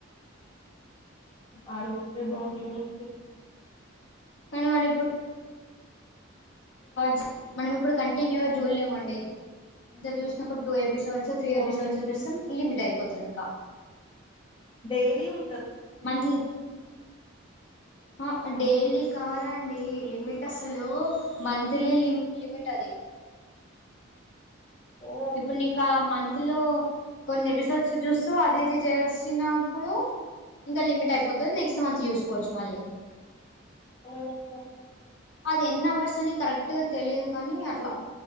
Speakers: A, on the left; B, on the left.
A: ఆ రోజుే బాగుంది
B: కానీవాడిప్పుడు జ మనం ఇప్పుడు కంటిన్యూగా చూడలేమండి ఇంత చూసినప్పుడు టూ ఎపిసోడ్ తీ
A: అవునండి
B: ఎబిసోడ్స్ చూసం లిమిట్ అయిపోతుంది ఇంకా
A: డేలీ ఉ
B: మంతంత్లీ
A: వన్
B: డైలీ
A: ఫిఫ్టీ
B: కాదండి లిమిట్ అ అసలు మంత్లీ లిమిట్ అది
A: ఓ
B: ఇప్పుడు నీకా మంచి లో కొన్ని విసర్స్ చూస్తూ అది ఇది చేసినప్పుడు ఇంకా లిమిట్ అయిపోతుంది నెక్స్ట్ మంత్ చూసుకోవచ్చు మళ్ళీ
A: ఓహోహ
B: అది ఎన్ అవర్స్ అని కరెక్ట్ గా తెలీయదు కానీ అట్లా